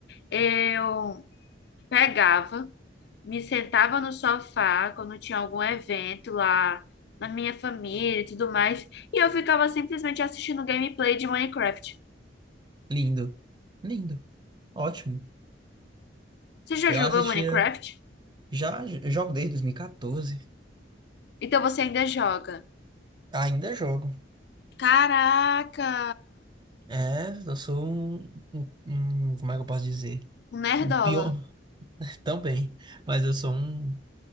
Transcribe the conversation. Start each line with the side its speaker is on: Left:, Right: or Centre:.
Left: Eu pegava, me sentava no sofá quando tinha algum evento lá na minha família e tudo mais, e eu ficava simplesmente assistindo gameplay de Minecraft.
Right: Lindo. Lindo. Ótimo.
Left: Você já
Right: Eu
Left: jogou
Right: assistia.
Left: Minecraft?
Right: Já j- jogo desde 2014.
Left: Então você ainda joga.
Right: Ainda jogo.
Left: Caraca!
Right: É, eu sou um, um- um- como é que eu posso dizer?
Left: Um nerdola.
Right: Um pior <laughs> também. Mas eu sou um